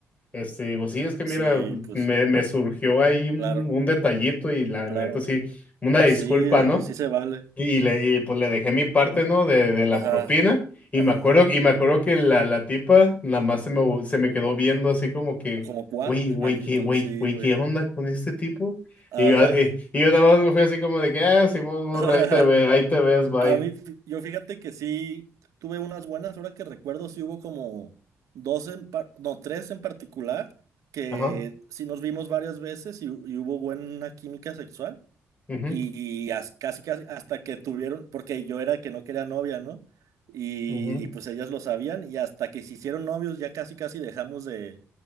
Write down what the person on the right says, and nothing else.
sí, pues
sí.
Claro,
claro.
Sí,
sí se vale.
Ajá,
ajá.
Como cuat,
Maldito,
sí,
güey.
Ajá.
<laughs>
A mí, fí- yo fíjate que sí tuve unas buenas, ahora que recuerdo, sí hubo como dos, en par- no, tres en particular, que
sí nos vimos varias veces y, y hubo buena química sexual.
Y, y as- casi, casi hasta que tuvieron, porque yo era el que no quería novia, ¿no? Y,
y, pues ellas lo sabían y hasta que se hicieron novios ya casi, casi dejamos de,